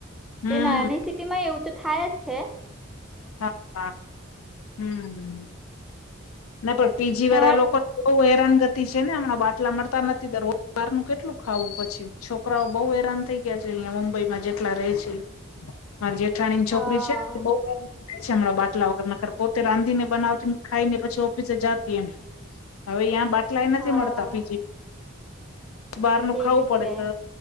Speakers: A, on the left; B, in the centre.
A: હમ
B: તે નાની સિટીમાં એવું તો થાય જ. હે?
A: હા હા હમ્મ. ના પણ પીજીવાળા
B: અમાર
A: લોકો બહુ હેરાનગતિ છે ને હમણાં બાટલા મળતા નથી દર બરનું કેટલું ખાવું પછી છોકરાઓ બઉ હેરાન થઈ ગયા છે અહિયાયા મુંબઈમાં જેટલા રે છે.
B: <inaudible>
A: માર જેઠાણી ની છોકરી
B: હા
A: છે, બ હમણાં બાટલા વગર ન ખર પોતે રાંધી ને બનાવતીને ખાઈ ને પછી ઓફિસે જતી એમ હવે અયાં બાટલાય નથી
B: હા
A: મળતા પીજી બહાર ન
B: એ
A: ખાવું
B: બી
A: પડે
B: છે
A: તો